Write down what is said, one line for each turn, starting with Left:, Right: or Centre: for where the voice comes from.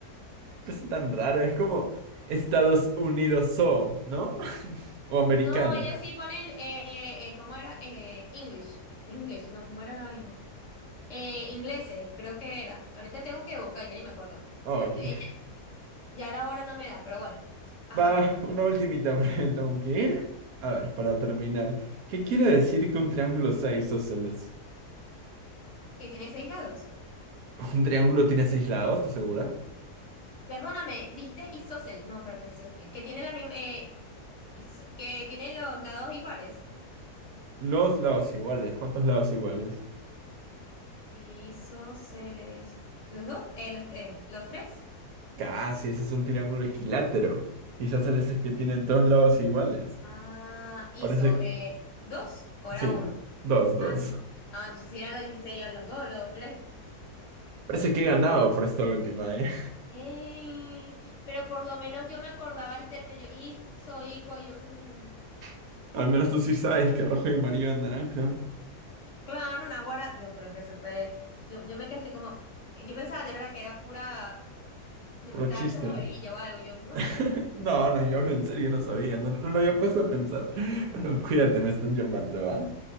Right: Es tan raro, es como Estados Unidos o, ¿no? <laughs> O americano.
Left: no, ellos sí ponen, eh, eh, ¿cómo era? Eh, English, English, no, ¿cómo era la vaina? Eh, ingleses, creo que era. Ahorita tengo que buscar, ya ni me acuerdo.
Right: Oh,
Left: Ah,
Right: ok.
Left: eh, Ya ya la hora no me da, pero bueno. Ajá.
Right: Va, una ultimita <laughs> porque me tengo que ir. A ver, para terminar. ¿Qué quiere decir que un triángulo sea isósceles?
Left: que tiene seis lados.
Right: <laughs> ¿Un triángulo tiene seis lados, ¿estás segura?
Left: Perdóname, dijiste isósceles. No, espérate, isó- que tiene la misma. eh, iso- que tienen los lados iguales.
Right: Los lados iguales. ¿Cuántos lados iguales?
Left: Isósceles. ¿Los dos? Eh, los, eh, ¿los tres?
Right: Casi, ese es un triángulo equilátero. Isósceles es que tiene dos lados iguales.
Left: Ah, iso.
Right: Parece...
Left: eh, ¿dos o era
Right: Sí,
Left: uno?
Right: dos, dos.
Left: Ah, no. Ah, entonces si eran los 16, yo los dos, los tres.
Right: Parece que he ganado por esta última, ¿eh?
Left: Eh, pero por lo menos yo me acordaba el término, yo hizo, ico, yo, mm,
Right: <laughs> Al menos tú sí sabes que rojo y amarillo es naranja.
Left: claro, naguará, digo, pero que eso fue, yo, yo me quedé así como, yo pensaba de verdad que era pura, No
Right: Puro
Left: me estaba
Right: chiste.
Left: echando vainilla o algo. Yo, no,
Right: <laughs> No, no, yo hablo en serio, yo no sabía, no, no lo había puesto a pensar. Bueno, cuídate, me están llamando, ¿va?